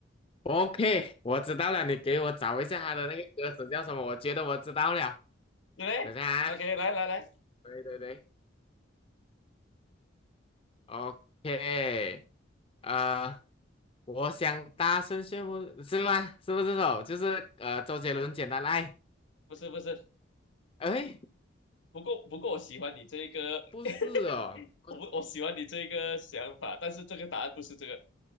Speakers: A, on the left; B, on the left.
A: ，OK，我知道了，你给我找一下他的那个歌词叫什么？我觉得我知道了，
B: 对不对？OK，
A: 等一下啊，
B: 来来来，
A: 对对对，OK，呃，我想大声宣布，是吗？是不是这首？就是呃，周杰伦《简单爱》？
B: 不是不是，
A: 哎，
B: 不过不过我喜欢你这一个，
A: 不是哦，
B: <laughs>
A: 我
B: 我不我喜欢你这一个想法，但是这个答案不是这个。